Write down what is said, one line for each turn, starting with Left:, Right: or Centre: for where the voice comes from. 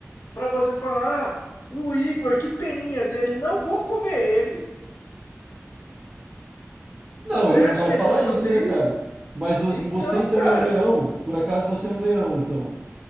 Left: pra você e falar: ah, o Igor, que peninha dele, não vou comer ele.
Right: Não,
Left: Você
Right: ele
Left: acha
Right: não vai
Left: que
Right: falar
Left: ele vai fazer
Right: isso, né,
Left: isso?
Right: cara? Mas vo-
Left: Então,
Right: você então
Left: cara,
Right: é um leão? Por acaso você é um leão, então?